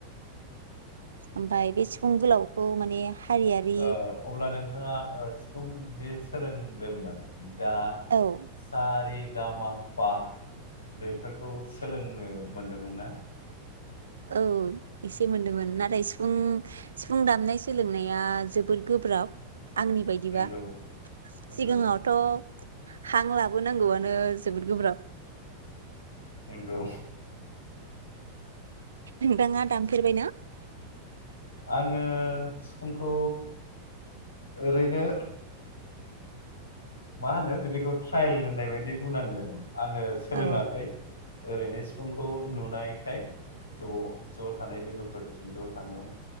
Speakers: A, on the right; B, on the left.
A: ओमफ्राय बे सिफुं गोलावखौ माने हारियारि
B: ओ अब्ला नोंथाङा ओ सिफुं जे सोलोंदोंमोन दा
A: औ
B: सारि गा मा पा बेफोरखौ सोलोंनो मोनदोंमोन ना
A: औ एसे मोनदोंमोन नाथाय सिफुं सिफुं दामनाय सोलोंनाया जोबोर गोब्राब आंनि बायदिबा
B: नोंगौ
A: सिगाङावथ'
B: नोंगौ
A: हां लाबोनांगौआनो जोबोद गोब्राब
B: नंगौ
A: नोंथाङा दामफेरबायना
B: आङो सिफुंखौ ओरैनो मा होनो बिदिखौ ट्रायल होननाय बायदि बुंनांगोन आङो सोलोंङाखै
A: औ
B: ओरैनो सिफुंखौ नुनायखाय ज' ज' थानाय लोगोफोरजों ज' थानायाव